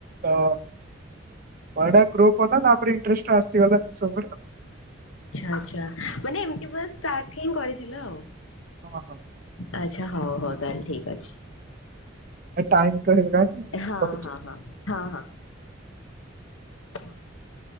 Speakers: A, on the right (about 45°); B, on the left (about 80°).
A: ତ ବଡ଼ ଗ୍ରୁପ ତାପରେ ଇଣ୍ଟରେଷ୍ଟ ଆସିଗଲା ଜିନିଷ ଉପରେ
B: ଆଚ୍ଛା ଆଚ୍ଛା ମାନେ ଏମିତି ପୁରା ଷ୍ଟାର୍ଟ ହିଁ କରିଥିଲ ଆଉ
A: ହଁ ହଁ
B: ଆଚ୍ଛା ହଉ ହଉ ତାହେଲେ ଠିକ ଅଛି।
A: ଏ ଟାଇମ ତ ହେଇଗଲାଣି
B: ହଁ
A: ରଖୁଛି।
B: ହଁ ହଁ ହଁ ହଁ <unintelligible>